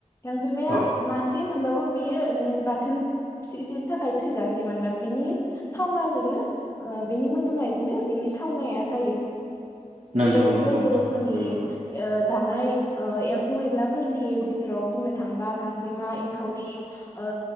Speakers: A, on the left; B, on the right.
A: गांजेमाया
B: औ
A: मासे म मोनबाबो बेयो नों बाथोनसेसेनि थाखाय थोजासे मानोना बिनि थावनाजोंनो बेनि मोदोमनायजोंनो बिनि थावनाया जायो।
B: नंगौ
A: बेबायदिनो
B: नंगौ नोंथां
A: बर'फोरनि
B: नंगौ
A: ओ जानाय एम्फौ एनलाफोरनि बिथोराव बुंनो थाङोबा गांजेमा एंखावरि ओ